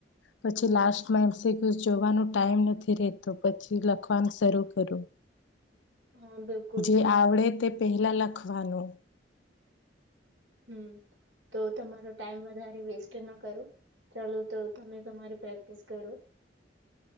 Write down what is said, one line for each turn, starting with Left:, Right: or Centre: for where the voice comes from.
Left: પછી લાસ્ટમાં એમ સી કુઉજ જોવાનો ટાઈમ નથી રહેતો પછી લખવાનું શરૂ કરું
Right: હા બિલકુલ
Left: જે આવડે તે પહેલાં લખવાનું
Right: હમ્મ તો તમારો ટાઈમ વધારે વેસ્ટ ના કરુ ચાલો તો તમે તમારી પ્રેક્ટિસ કરો